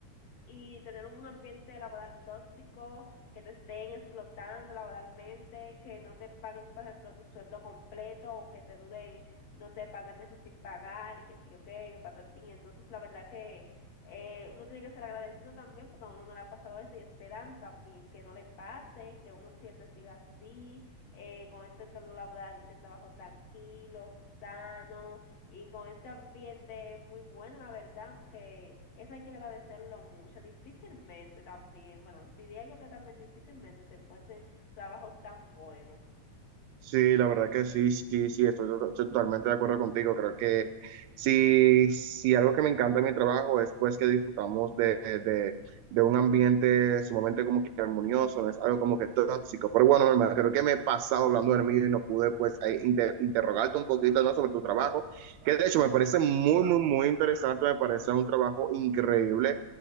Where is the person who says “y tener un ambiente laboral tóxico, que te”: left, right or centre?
Left